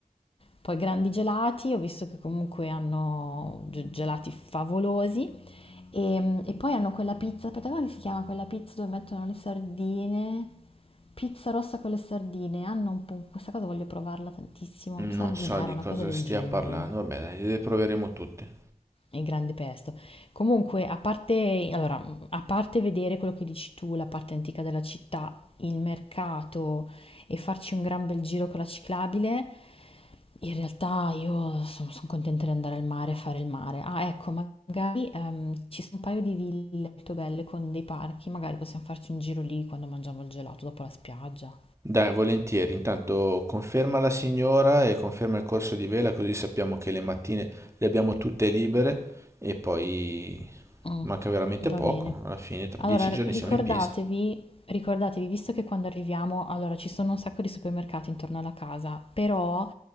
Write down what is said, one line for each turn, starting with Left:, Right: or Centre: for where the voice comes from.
Left: Poi grandi gelati, ho visto che comunque hanno ge- gelati favolosi e, e poi hanno quella pizza, aspetta, come si chiama quella pizza dove mettono le sardine? Pizza rossa con le sardine. Hanno un po', questa cosa voglio provarla tantissimo. Sardinara,
Right: Non so di
Left: una
Right: cosa
Left: cosa del
Right: stia
Left: genere.
Right: parlando, vabbè, dai, le proveremo tutte.
Left: Il grande pesto. Comunque, a parte, allora, a parte vedere quello che dici tu, la parte antica della città, il mercato e farci un gran bel giro con la ciclabile, in realtà io sono contenta di andare al mare e fare il mare. Ah, ecco, magari ehm, ci sono un paio di ville molto belle con dei parchi, magari possiamo farci un giro lì quando mangiamo il gelato dopo la spiaggia.
Right: Dai, volentieri. Intanto conferma la signora e conferma il corso di vela, così sappiamo che le mattine le abbiamo tutte libere e poi
Left: Mh,
Right: manca veramente
Left: va
Right: poco.
Left: bene.
Right: Alla fine, tra
Left: Allora
Right: dieci
Left: r
Right: giorni
Left: ricordatevi
Right: siamo in pista.
Left: ricordatevi, visto che quando arriviamo allora ci sono un sacco di supermercati intorno alla casa, però